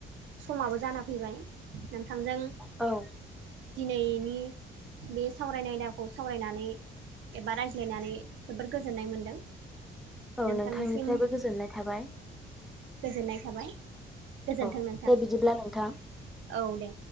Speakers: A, on the right; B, in the centre.
A: समाबो जाना फैबाय नोंथांजों
B: औ
A: दिनैनि बे सावरायनाय आयदा खौ सावरायनानै एबा रायज्लायनानै जोबोद गोजोननाय मोनदों।
B: औ
A: नोंथांनिसिम
B: नोंथांनिफ्रायबो गोजोननाय थाबाय
A: जोननाय थाबाय गोजोन्थों
B: औ
A: नोंथां।
B: दे बिदिब्ला नोंथां।
A: औ दे।